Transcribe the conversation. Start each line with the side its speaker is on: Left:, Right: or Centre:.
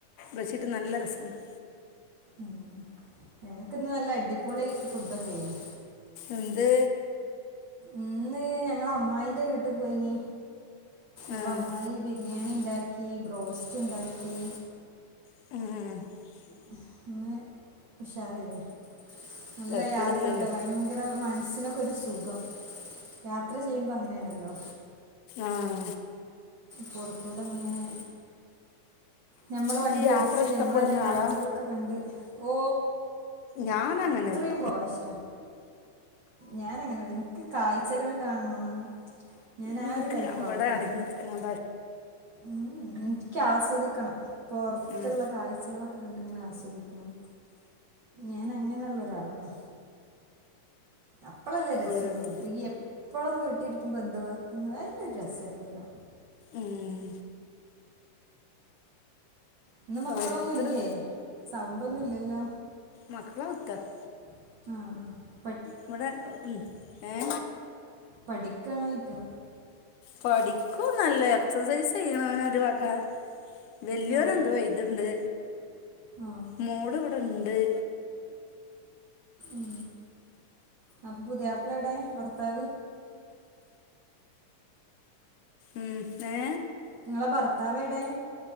Left: വെച്ചിട്ട് നല്ല രസുണ്ട്
Right: മം ഞങ്ങൾക്ക് ഇന്ന് നല്ല അട അടിപൊളി ഫുഡ് ഒക്കെയാണ്
Left: എന്ത്
Right: ഇന്ന് ഞങ്ങൾ അമ്മായിയുടെ വീട്ടിൽ പോയി അപ്പോ
Left: ആഹ്
Right: അമ്മായി ബിരിയാണിയും ഉണ്ടാക്കി ബോസ്റ്റ് ഉണ്ടാക്കി
Left: ഉഏ
Right: ഇന്ന <unintelligible> ഉഷാറായിന നല്ല
Left: തെരക്കേടില്ലല്ലോ
Right: യാത്രക്കെ ഭയങ്കര മനസ്സിനൊക്കെ ഒരു സുഖം യാത്ര ചെയ്യുമ്പോ അങ്ങനെയാണല്ലോ
Left: ആഹ
Right: പുറത്തോട്ടു എങ്ങനെ ഞമ്മള്
Left: ഇജ്ജ്
Right: വണ്ടി
Left: യാത്ര
Right: ഒടിച്ച്
Left: ഇഷ്ടപ്പെടുന്ന
Right: ഞമ്മള തന്നെ കാഴ്ചകളൊക്കെ
Left: ആളാ
Right: കണ്ട് ഓ
Left: ഞാനങ്ങനല്ല
Right: എത്രയും പോവാ ഇഷ്ട ഞാനങ്ങനെ എനിക്ക് കാഴ്ചകൾ കാണണം ഞാൻ
Left: നിനിക്ക്
Right: ആ ഒരു ടൈപ്പ്
Left: അവിടെ
Right: ആളാണ്
Left: അടങ്ങിയിരിക്കണതാ
Right: ഉം എനിക്ക് ആസ്വദിക്കണം പുറത്തുള്ള
Left: ഉം
Right: കാഴ്ചകളൊെ ഒക്കെ കണ്ടിങ്ങനെ ആസ്വദിക്കണം ഞാൻ അങ്ങനെുള്ളരാളാണ് അപ്പളല്ലേരസള്ളൂ
Left: ഓരോരുത്ത
Right: ഒത്തുകിയ ഇപ്പോളും വീട്ടിലിരിക്കും ബന്ധങ്ങൾ എന്ന് ഡ്രസ്ലിയല്ലോ
Left: ഉം
Right: ഇന്ന് മക്കളൊന്നും
Left: ഓരോരുത്തര്
Right: ഇല്ലയേ സൗണ്ടൊന്നും ഇല്ലല്ലോ
Left: മക്കള ഉത്തര <inaudible>
Right: ആഹ
Left: ഇവിടെ ഏ
Right: പഠിക്കണോക്ക്
Left: പഠിക്കൂ നല്ല എക്സസൈസ് ചെയ്യണന ഒരു വക വല്യോന
Right: ഓ
Left: എന്തു വയസ് ഇതുണ്ട്
Right: ആ
Left: മോള് ഇവിടെണ്ട് അത്
Right: ഉ അപ്പൊ പുതിയയാപ്പിള എട ഭർത്താവ്
Left: ഉം ഏ
Right: നിങ്ങളെ ഭർത്താവ് എവിടെ